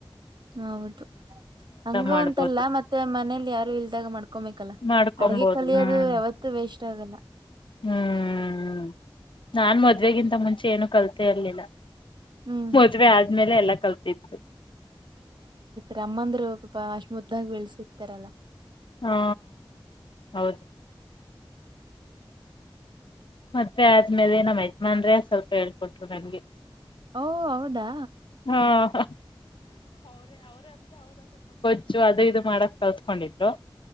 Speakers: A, on the right (about 60°); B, on the left (about 65°).
A: ಹೌದು ಹಂಗ
B: ಮಾಡ್ಬೋದು
A: ಅಂತಲ್ಲ ಮತ್ತೆ ಮನೇಲಿ ಯಾರು ಇಲ್ದಾಗ ಮಾಡ್ಕೊಬೇಕಲ್ಲ
B: ಮಾಡ್ಕೊಬೋದು
A: ಅಡ್ಗೆ ಕಲಿಯೋದು
B: ಹ್ಮ್
A: ಯಾವತ್ತುೂ ವೇಸ್ಟ್ ಆಗಲ್ಲ
B: ಹ್ಮ್ ನಾನ್ ಮದ್ವೆಗಿಂತ ಮುಂಚೆ ಏನು ಕಲ್ತೆ ಇರ್ಲಿಲ್ಲ
A: ಹ್ಮ್
B: ಮದ್ವೆ ಆದ್ಮೇಲೆ ಎಲ್ಲ ಕಲ್ಪತ್ತು
A: ತಮ್ಮಂದ್ರು ಪಾಪಾ ಅಷ್ಟ ಮುದ್ದಾಗ ಬೆಳ್ಸಿರ್ತಾರಲ್ಲ
B: ಹಾ ಹೌದು ಹ ಆದ್ಮೇಲೆ ನಮ ಯಜಮಾನ್ರೆ ಸ್ವಲ್ಪ ಹೇಳ್ಕೊಟ್ರು ನನ್ಗೆ
A: ಓ ಹೌದಾ
B: ಹಾ ಚ್ಚು ಅದ ಇದು ಮಾಡಕ್ ಕಲ್ತ್ಕೊಂಡಿದ್ರು